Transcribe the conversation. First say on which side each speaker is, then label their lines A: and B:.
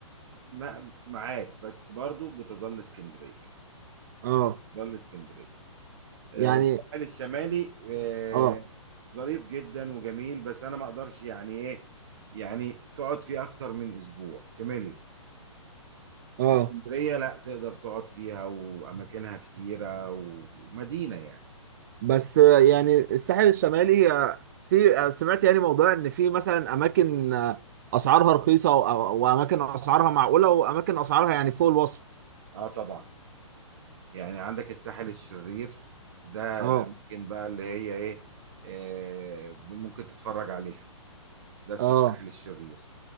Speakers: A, on the right; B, on the right.
A: ما- معاك بس برضه بتظل اسكندريه
B: اه
A: بتظل اسكندريه آه،
B: يعني
A: الساحل الشمالي آه،
B: اه
A: ظريف جدا وجميل بس انا ما اقدرش يعني ايه يعني تقعد فيه اكتر من اسبوع تمل
B: اه
A: اسكندريه لا تقدر تقعد فيها واماكنها كتيره ومدينه يعني
B: بس آه، يعني الساحل الشمالي آه، في آه، سمعت يعني موضوع ان في مثلا اماكن آه، اسعارها رخيصه و- أو- واماكن اسعارها معقوله واماكن اسعارها يعني فوق الوصف
A: اه طبعا يعني عندك الساحل الشرير ده
B: اه
A: الأماكن بقى اللي هي إيه آه، ممكن تتفرج عليها ده اسمه
B: اه
A: الساحل الشرير